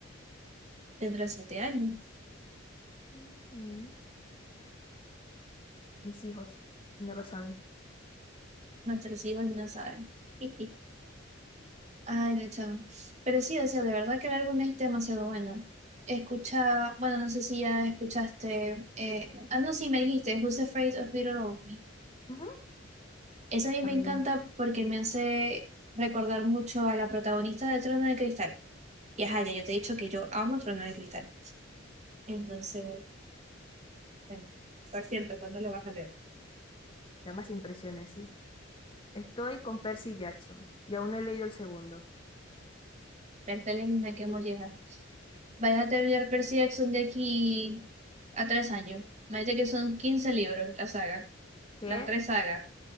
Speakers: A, on the right (about 35°); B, on the left (about 25°).
A: Dentro de siete años.
B: Ujú. mis hijos, y no lo saben.
A: Nuestros hijos no saben. <laughs> Ay, no, chamo. Pero sí, o sea, de verdad que el álbum es demasiado bueno. Escucha, bueno, no sé si ya escuchaste. eh, ah, no, sí, me dijiste, Who's Afraid of Little Old
B: Ujú.
A: Esa a mí
B: También,
A: me encanta porque me hace recordar mucho a la protagonista de Trono de Cristal. Y ajá, ya yo te he dicho que yo amo Trono de Cristal. Entonces, bueno, por cierto, ¿cuándo lo vas a leer?
B: llamas e impresiones, sí. Estoy con Percy Jackson y aún no he leído el segundo.
A: Bertales misma que molleja. Vais a terminar Percy Jackson de aquí a tres años. Imagínate que son 15 libros la saga.
B: ¿Qué?
A: Las tres sagas.